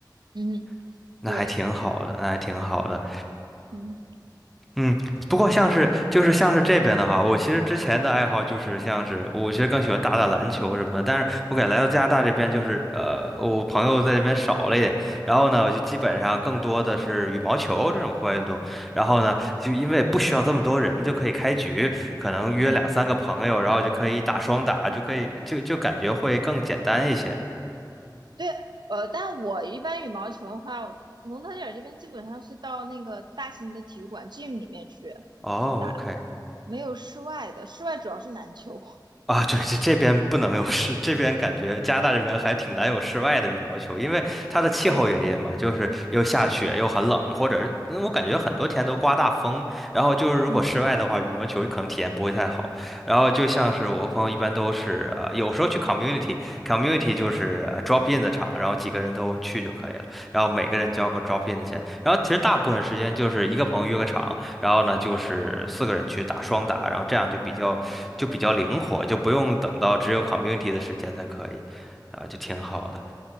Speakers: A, on the right (about 70°); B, in the centre.
A: 嗯，
B: <laughs> 那还挺好的，
A: 对，
B: 那还挺好的。
A: 嗯
B: 嗯，不过像是就是像是这边的话，我其实之前的爱好就是像是我其实更喜欢打打篮球什么的，但是我感觉来到加拿大这边就是呃，我朋友在这边少了一点，然后呢，我就基本上更多的是羽毛球这种户外运动，然后呢，就因为不需要这么多人就可以开局，可能约两三个朋友，
A: 嗯
B: 然后就可以打双打，就可以就就感觉会更简单一些。
A: 对，呃，但我一般羽毛球的话，我蒙特利尔这边基本上是到那个大型的体育馆 gym 里面去
B: 哦，OK。
A: 打，没有室外的，室外主要是篮球。<laughs>
B: 啊，对，这这边不能有室，这边感觉加拿大这边还挺难有室外的羽毛球，因为它的气候原因嘛，
A: 对，
B: 就是又下雪又很冷，或者嗯我感觉很多天都刮大风，然后就是如果室外的话，
A: 嗯
B: 羽毛球可能体验不会太好。然后就像是我和朋友一般都是，呃，有时候去 community，community 就是呃 drop in 的场，然后几个人都去就可以了，然后每个人交个 drop in 的钱，然后其实大部分时间就是一个朋友约个场，然后呢就是四个人去打双打，然后这样就比较。就比较灵活，就不用等到只有 community 的时间才可以，啊，就挺好的。